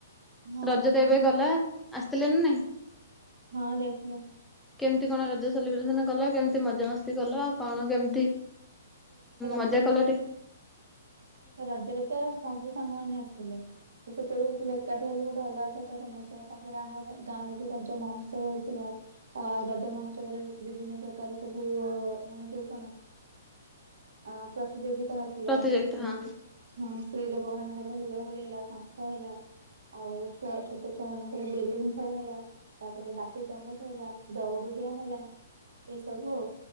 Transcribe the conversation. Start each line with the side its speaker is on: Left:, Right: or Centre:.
Right: ହଁ
Centre: ରଜତ
Right: ଯାଇଥିଲୁ
Centre: ଏବେ
Right: ନା
Centre: ଗଲା ଆସିଥିଲେନ ନାଇଁ।
Right: ହଁ ଦେଇଥିଲୁ।
Centre: କେମିତି କଣ ରଜ ସେଲିବ୍ରେସନ କଲ କେମିତି ମଜାମସ୍ତି କଲ କଣ କେମିତି?
Right: ରଜରେ
Centre: ମଜା କଲା ଟେ
Right: ରଜରେ ତ ସବୁ ସାଙ୍ଗ ମାନେ ଆସିଥିଲେ। ସେତେବେଳେ ଏକାଠି ହେଲୁ ଗୋଟେ ଅଲଗା ଅଲଗା ପ୍ରକାର ମଜା ତାପରେ ଆମର ଗାଁରେ ଯୋଉ ରଜ ମହୋଶ୍ଚବ ହେଇଥିଲା। ଆଉ ରଜ ମହୋତ୍ସବରେ ବିଭିନ୍ନ ପ୍ରକାର ସବୁ ମାନେ ଯୋଉ କଣ ଅ ପ୍ରତିଯୋଗିତା ହଉଥିଲା
Centre: ପ୍ରତିଯୋଗିତା
Right: ଯେନ୍ତି
Centre: ହଁ।
Right: ହଁ ସ୍ତ୍ରୀ ଲୋକ ମାନଙ୍କର ହୁଳହୁଳି ହେଲା ଶଙ୍ଖ ହେଲା ଆଉ ଛୁଆ ଛୋଟ ଛୁଆ ମାନଙ୍କର ବେଲୁନ୍ ଖେଳ ହେଲା ତାପରେ ବାଟି ଚାମଚ ହେଲା, ଦୌଡି ଡିଆଁ ହେଲା ଏସବୁ ଆଉ।